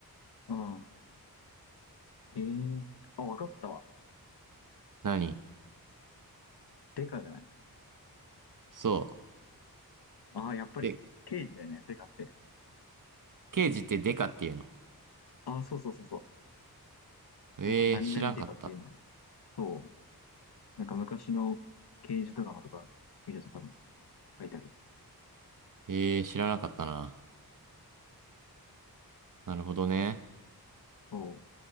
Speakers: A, on the left; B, on the right.
A: うん。ええあ、わかったわ。
B: 何
A: デカじゃない。
B: そう。
A: ああ、やっぱり、
B: で、
A: 刑事だよね、デカって。
B: 刑事ってデカっていうの。
A: ああ、そうそうそうそう。
B: ええー、
A: なんか、何々デカとか言うんだよね。
B: 知らんかった。
A: そう。なんか、昔の刑事ドラマとか見ると多分書いてある。
B: ええー、知らなかったな。なるほどね。
A: そう。